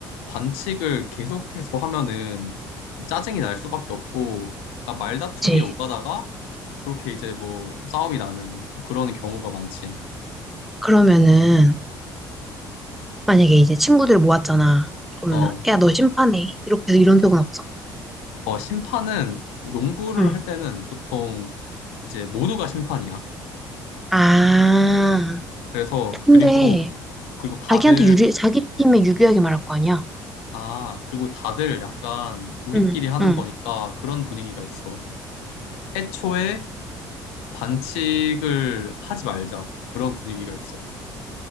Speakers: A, on the left (about 75°); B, in the centre.
A: 반칙을 계속해서 하면은 짜증이 날 수밖에 없고 그러니까 말다툼이
B: 그치?
A: 오가다가 그렇게 이제 뭐 싸움이 나는 그런 경우가 많지.
B: 그러면은, 만약에 이제 친구들 모았잖아. 그러면은,
A: 어,
B: 야, 너 심판해. 이렇게 해서 이런 적은 없어?
A: 어 심판은 농구를
B: 응.
A: 할 때는 보통 이제 모두가 심판이야.
B: 아,
A: 그래서
B: 근데,
A: 그리고 그리고 다들
B: 자기한테 유리, 자기 팀에 유리하게 말할 거 아니야?
A: 아, 그리고 다들 약간 우리끼리
B: 응.
A: 하는
B: 응.
A: 거니까 그런 분위기가 있어. 애초에 반칙을 하지 말자. 그런 분위기가 있어.